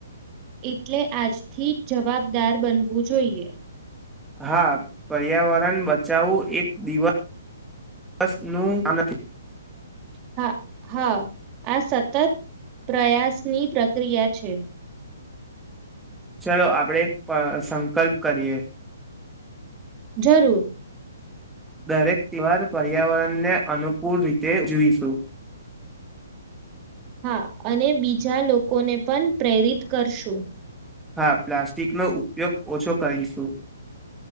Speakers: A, on the right (about 25°); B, in the centre.
A: એટલે આજથી જવાબદાર બનવું જોઈએ.
B: હા પર્યાવરણ બચાવવું એક દિવ વસનું નથી.
A: હા હા આ સતત પ્રયાસની પ્રક્રિયા છે.
B: ચલો આપડે પ સંક કલ્પ કરીએ.
A: જરૂર
B: દરેક તહેવાર પર્યાવરણને અનુકૂળ રીતે જીવીશું.
A: હા અને બીજા લોકોને પન પ્રેરિત કરશું.
B: હા પ્લાસ્ટિકનો ઉપયોગ ઓછો કરીશું.